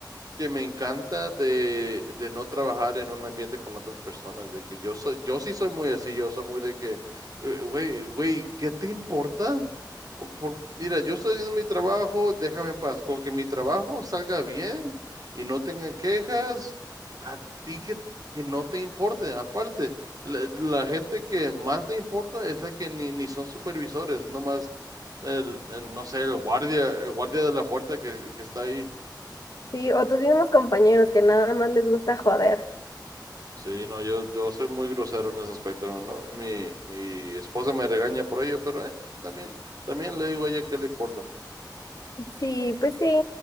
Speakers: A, on the right (about 55°); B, on the left (about 50°).
A: que me encanta de, de no trabajar en un ambiente con otras personas, de que yo soy, yo sí soy muy así, yo soy muy de que, eh, güey, güey, ¿qué te importa? Por- por- mira, yo estoy haciendo mi trabajo, déjame en paz, con que mi trabajo salga bien y no tenga quejas, a ti que, que no te importe, aparte, la, la gente que más le importa es la que ni, ni son supervisores, es nomás el, el, no sé, el guardia, el guardia de la puerta que, que está ahí.
B: Sí, o tus mismos compañeros que nada más les gusta joder.
A: Sí, no, yo, yo soy muy grosero en ese aspecto, ¿no? Mi, mi esposa me regaña por ello, pero eh, también, también le digo a ella que le importa.
B: Sí, pues sí.